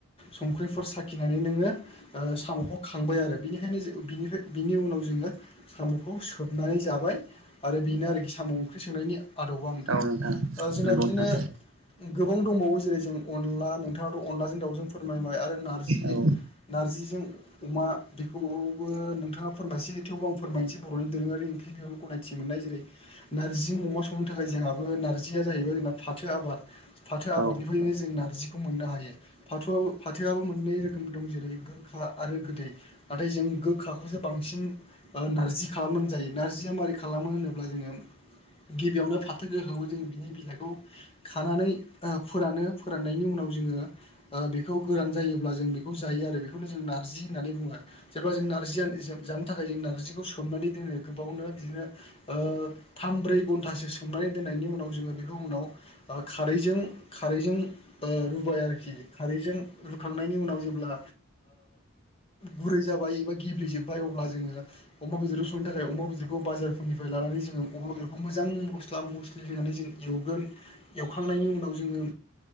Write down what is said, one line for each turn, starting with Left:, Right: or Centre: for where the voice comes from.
Left: संख्रिफोर साखिनानै नोङो साम' खौ खांबाय आरो बिनिखायनो बिनिफ्राय बिनि उनाव जोङो साम'खौ सोबनानै जाबाय आरो बेनो आरोखि साम' ओंख्रि संनायनि आदबा नोंथां
Right: औ
Left: जोंना
Right: नंगौ
Left: बिदिनो
Right: नोंथां
Left: गोबां दंबावो जेरै जों अनला नोंथाङाथ' अनलाजों दाउजों फोरमायबाय आरो नारजि
Right: औ
Left: नारजिजों अमा बेखौबो नोंथाङा फोरमायसै थेवबो आं फोरमायनोसै बर'नि दोरोङारि ओंख्रि बेयावनो गनाय मोननाय जेरै नारजि अमा संनो थाखाय जोंहाबो नारजिया जाहैबाय जों फाथो आबाद फाथो फाथो आबादनिफ्रायनो
Right: औ
Left: जों नारजखौ मोननो हायो फाथ फाथोआबो मोननै रोखोम दं जेरै गोखा आरो गोदै नाथाय जों गोखाखौसो बांसिन नारजि खालामनानै जायो नारजिया मारै खालामो होनोब्ला जोङो गिबियावनो फाथो गोहोखौ जों बिनि बिलाइखौ खानानै फोरानो फोराननायनि उनाव गोरान जायोब्ला जों बेखौ जायो आरो बेखौनो जों नारजि होननानै बुङो जेब्ला जों जों नारजियानो जानो थाखाय जों नारजिखौ सोमनानै दोनो गोबावनो बिदिनो थाम ब्रै घन्टासो सोमनाय दोननायनि उनाव जोङो बेखौ उनाव खारैजों खारैजों रुबाय आरोखि खारैजों रुखांनायनि उनाव जेब्ला गुरै जाबाय एबा गेब्लेजोबबाय अब्ला जोङो अमा बेदरजों संनो थाखाय अमा बेदखौ बाजार निफ्राय लानानै जोङो अमा बेदरखौ मोजां मस्ला मस्लि होनानै जों एवगोन एवखांनायनि उनाव जो जोङो